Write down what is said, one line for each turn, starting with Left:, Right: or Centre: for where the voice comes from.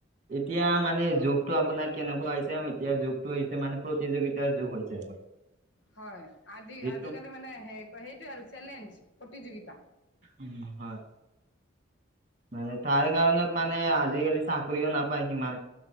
Right: এতিয়া মানে যুগটো আপোনাৰ কেনেকুৱা হৈছে এতিয়া যগটো হৈছে মানে প্ৰতিযোগিতাৰ যুগ হৈছে আপোনাৰ।
Left: হয় আজি
Right: যিটো
Left: আজিকালি মানে স সেইটো আৰু চেলেঞ্জ। প্ৰতিযোগিতা
Right: উ হয়। মানে তাৰ কাৰণত মানে আজিকালি চাকৰিও নাপায় সিমান।